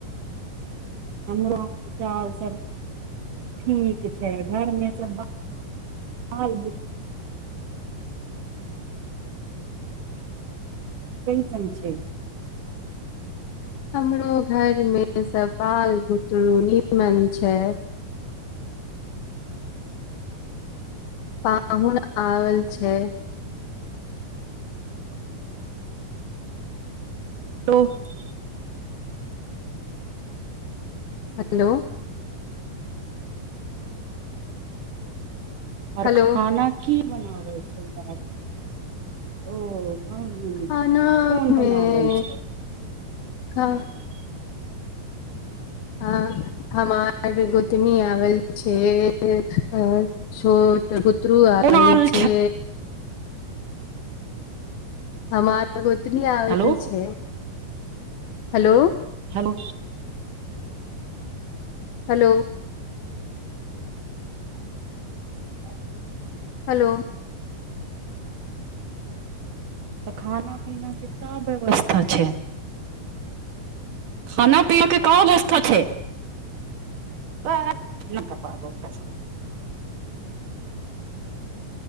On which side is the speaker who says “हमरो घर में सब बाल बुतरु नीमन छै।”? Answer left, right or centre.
Left